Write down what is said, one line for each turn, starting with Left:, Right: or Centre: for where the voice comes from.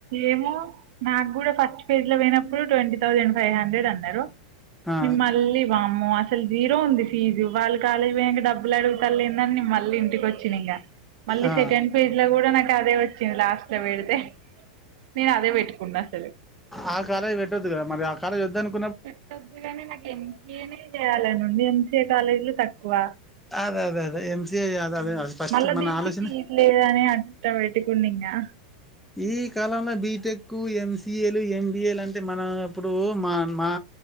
Right: ఏమో నాకు కూడా ఫస్ట్ పేజ్ లో పోయినప్పు ట్వంటీ థౌసండ్ ఫైవ్ హండ్రెడ్ అన్నారు
Centre: ఆ
Right: మళ్ళీ వామ్మో అసలు జీరో ఉంది ఫీజు వాళ్ళు కాలేజీ పోయయాక డబ్బులు అడుగుతల్లే లేందని న మళ్ళీ ఇంటికి వచ్చినా ఇంకా మళ్ళీ
Centre: ఆ
Right: సెకండ్ పేజ్ లో కూడా నాకు అదే వచ్చింది లాస్ట్ లో పెడితే నేను అదే పెట్టుకున్నా సరే
Centre: ఆ కాలేజ్ పెట్టొద్దు కదా మరి ఆ కాలేజీ వద్దానికి
Right: పెట్టొద్దు కాని నాకు ఎంసి ఏ నే చేయాలనుంది ఎంసీఏ కాలేజీలు తక్కువ
Centre: అదే అదే అదే ఎంసీఏ అదే అదే ఫస్ట్
Right: మళ్ళా
Centre: మన
Right: దీనికి
Centre: ఆలోచన
Right: ఫీజు లేద అని అట్ట పెట్టుకుండి ఇకా
Centre: ఈ కాలంలో బీటెక్ ఎంసిఏలు ఎంబిఏలు అంటే మనం ఇప్పుడు మా మా